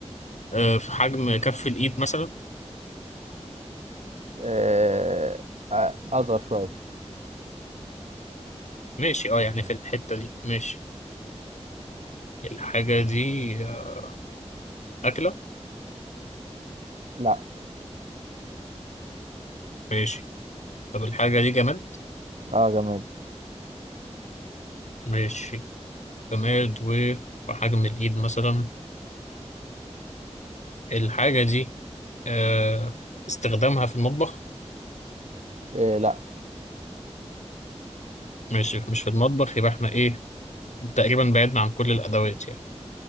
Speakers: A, on the left; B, on the right.
A: آه، في حجم كف الإيد مثلا
B: آه. آه، اصغر شوية
A: ماشي اه يعني في الحتة دي ماشي الحاجة دي آه، أكلة
B: لا
A: ماشي طب الحاجة دي جماد
B: اه جماد
A: ماشي جماد وفي حجم الإيد مثلا الحاجة دي آه، استخدامها في المطبخ
B: إيه لا
A: ماشي مش في المطبخ يبقى احنا إيه تقريبا بعدنا عن كل الأدوات يعني